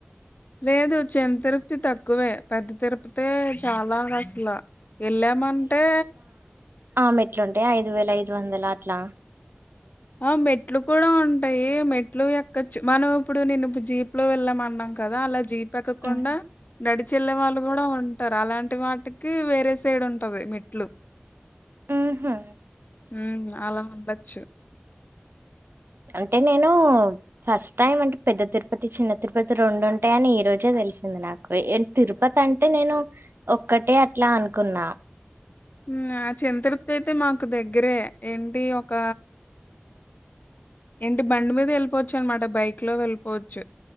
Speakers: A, on the left (about 45°); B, on the right (about 60°).
A: లేదు చిన్న తిరుపతి తక్కువే పెద్ద తిరుపతే చాల అసల ఎళ్ళామంటే
B: ఆ మెట్లుంటాయ ఐదు వేల ఐదు వందల అట్లా
A: ఆ మెట్లు కూడా ఉంటాయి మెట్లు ఎక్క మనం ఇప్పుడు నేను ఇప్పుడు జీప్ లో వెళ్ళామ అన్నాం కదా అల జీప్ ఎక్క
B: హ్మ్.
A: కుండా <unintelligible> వాళ్ళు కూడా ఉంటారు అలాంటి వాటికి వేరే సైడ్ ఉంటది మెట్లు
B: ఆహా
A: ఉ అలా ఉండచ్చు
B: అంటే నేను ఫస్ట్ టైమ్ అంటే పెద్ద తిరుపతి చిన్న తిరుపతి రెండు ఉంటాయని ఈ రోజే తెలిసింది నాకు తిరుపతి అంటే నేను ఒక్కటే అట్లా అనుకున్నా
A: ఉ ఆ చిన్న తిరుపతి అయితే మాకు దగ్గరే ఏంటి ఒక ఏంటి బండి మీద వెళ్ళిపోవచ్చు అనమాట బైక్ లో వెళ్ళిపోవచ్చు